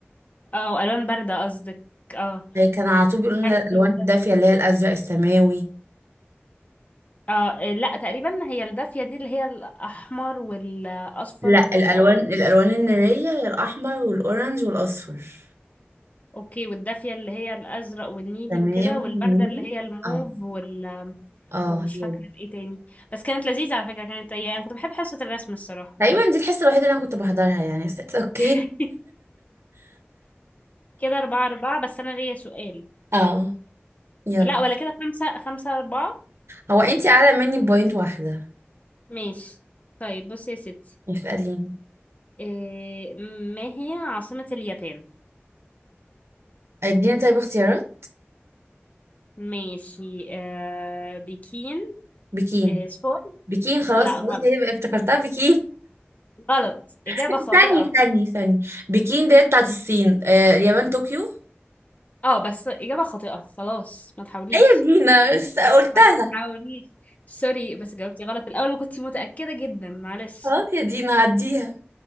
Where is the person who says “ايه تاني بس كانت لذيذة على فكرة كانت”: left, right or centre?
Left